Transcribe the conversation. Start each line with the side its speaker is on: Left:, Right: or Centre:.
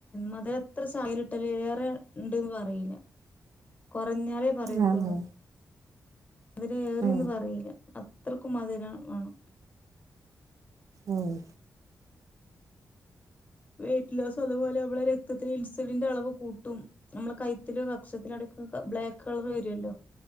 Left: മധുര എത്ര സായലിട്ട യെറെ ഉണ്ട്ന്ന് പറയില്ല പറഞ്ഞാലേ പറയത്തുള്ളൂ
Right: ആ ആ
Left: അതിനെ എറിന്ന്
Right: ആ
Left: പറയില്ല എത്രക്കുംമാതിരാ വേണം
Right: ആഹ്
Left: വെയ്റ്റ് ലോസ് അതുപോലെ മ്മളെ രക്തത്തിൽ ഇൻസുലിന്റെ അളവ് കൂട്ടും നമ്മളെ കൈത്തില് കക്ഷത്തില് അടക്ക ബ്ലാക്ക് കളർ വരുല്ലോ